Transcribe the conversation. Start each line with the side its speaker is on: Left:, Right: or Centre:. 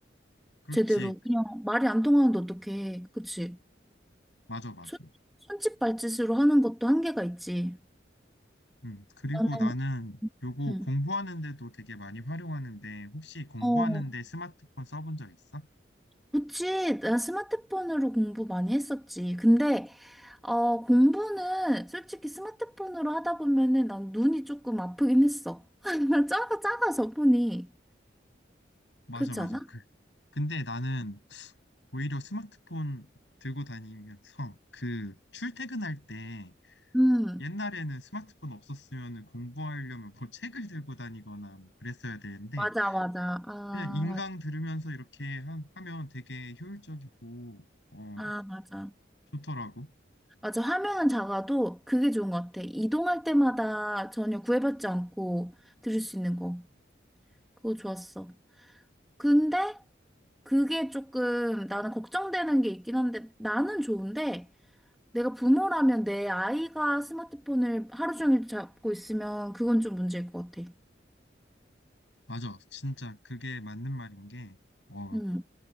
Left: 그렇지.
Centre: 제대로. 그냥 말이 안 통하는데 어떡해. 그치?
Left: 맞아, 맞아.
Centre: 손, 손짓 발짓으로 하는 것도 한계가 있지.
Left: 음. 그리고
Centre: 나는,
Left: 나는 요거
Centre: 응.
Left: 공부하는데도 되게 많이 활용하는데 혹시 공부하는데
Centre: 어,
Left: 스마트폰 써본 적 있어?
Centre: 그치, 난 스마트폰으로 공부 많이 했었지. 근데 어, 공부는 솔직히 스마트폰으로 하다 보면은 난 눈이 조금 아프긴 했어. <laughs> 작아, 작아서 보니.
Left: 맞아,
Centre: 그렇지
Left: 맞아.
Centre: 않아?
Left: 그, 근데 나는 오히려 스마트폰 들고 다니면서 그 출퇴근할 때
Centre: 음,
Left: 옛날에는 스마트폰 없었으면 공부하려면 뭐 <laughs> 책을 들고 다니거나 뭐 그랬어야 되는데
Centre: 맞아, 맞아. 아,
Left: 그냥 인강
Centre: 맞,
Left: 들으면서 이렇게 하, 면 되게 효율적이고 어
Centre: 아, 맞아.
Left: 좋더라고.
Centre: 맞아. 화면은 작아도 그게 좋은 것 같아. 이동할 때마다 전혀 구애받지 않고 들을 수 있는 거. 그거 좋았어. 근데 그게 조금 나는 걱정되는 게 있긴 한데 나는 좋은데 내가 부모라면 내 아이가 스마트폰을 하루 종일 잡고 있으면 그건 좀 문제일 것 같아.
Left: 맞아. 진짜 그게 맞는 말인 게 어
Centre: 응,